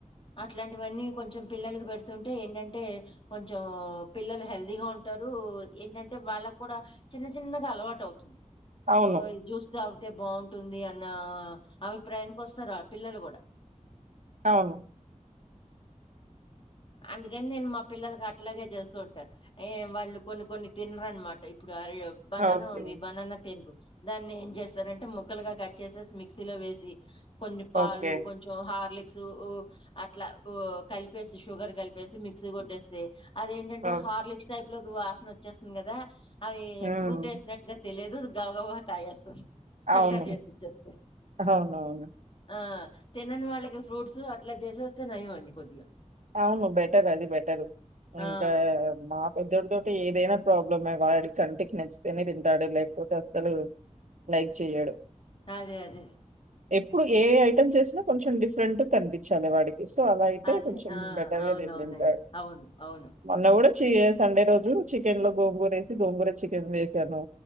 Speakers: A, on the left; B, on the right.
A: ఇట్లాంటివన్నీ కొంచెం పిల్లలకి పెడుతుంటే ఏంటంటే కొంచం పిల్లలు హెల్దీగా ఉంటారు ఏంటంటే వాళ్ళకు కూడా చిన్న చిన్నగా అలవాటు అవుతుంద్
B: అవును.
A: ఓ ఇ చూస్ తాగితే బాగుంటుంది అన్న అవి ప్రయాణ్ వస్తారు ఆ పిల్లలు కూడా
B: అవును
A: అందుకని నేను మా పిల్లలకి అట్లాగే చేస్తూ ఉంటా ఏ వాళ్ళు కొన్ని కొన్ని తినరనమాట ఇప్పుడు ఆళ్ళు బననా
B: ఓకే.
A: ఉంది బననా తిన్రు దాన్ని ఏం చేస్తారంటే ముక్కలుగా కట్ చేసేసి మిక్సీలో వేసి కొన్ని పాలు
B: ఓకే.
A: కొంచెం హార్లిక్స్ ఉ అట్లా ఉ కలిపేస్ షుగర్ కలిపేసి మిక్సీ కొట్టేస్తే అదేంటంటే
B: ఓహ్!
A: హార్లిక్స్ టైప్ లో వాసన వచ్చేస్తుంది కదా అవి
B: హ్మ్.
A: ఫ్రూట్ వేసినట్టుగా తెలిదు గవ గవగా తాగేస్తది
B: అవును.
A: ఫిల్టర్ చేస్ ఇచ్చేస్తా
B: అవునవును. అవును.
A: ఆ తినని వాళ్ళకి ఫ్రూట్స్ అట్లా చేసేస్తే నయం అండి కొద్దిగా
B: అవును బెటర్ అది బెటర్
A: ఆ
B: ఇంకా మా పెద్దడుతో అంటే ఏదైనా ప్రాబ్లమే వాడికి కంటికి నచ్చితేనే తింటాడు లేకపోతే అసలు లైక్ చెయడు
A: అదే అదే
B: ఎప్పుడు ఏ ఐటెమ్ చేసినా కొంచెం డిఫ్రెంట్ గా కనిపించాలి వాడికి సో అలా అయితే
A: అదే ఆ
B: బెటర్గా
A: అవునవునండి
B: తింటారు
A: అవును అవును
B: వాడు మొన్న కూడా చ సండే రోజు చికెన్ లో గోంగూర వేసి గోంగూర చికెన్ వేసాను